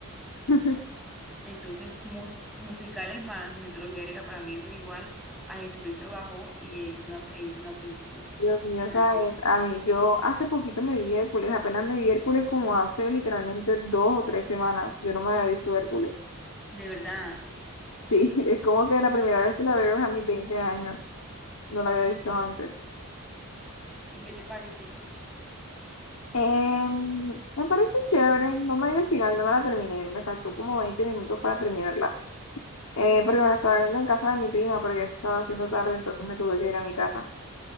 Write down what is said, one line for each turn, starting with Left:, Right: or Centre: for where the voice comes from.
Left: <laughs>
Centre: Entonces, mus- musicales más mitología griega, para mí eso es igual a Jesucristo bajó y e hizo una, e hizo una película.
Left: Dios mío,
Centre: Nada
Left: sabes,
Centre: que-
Left: a mí, yo hace poquito me vi Hércules, apenas me vi Hércules como hace literalmente dos o tres semanas, yo no me había visto Hércules.
Centre: De verdad.
Left: Sí, <laughs> es como que la primera vez que la veo es a mis 20 años. No la había visto antes.
Centre: ¿Y qué te pareció?
Left: Em, me pareció chévere. No me vi el final, no me la terminé. Me faltó como 20 minutos para terminarla. Eh, porque me la estaba viendo en casa de mi prima, pero ya se estaba haciendo tarde, entonces me tuve que ir a mi casa.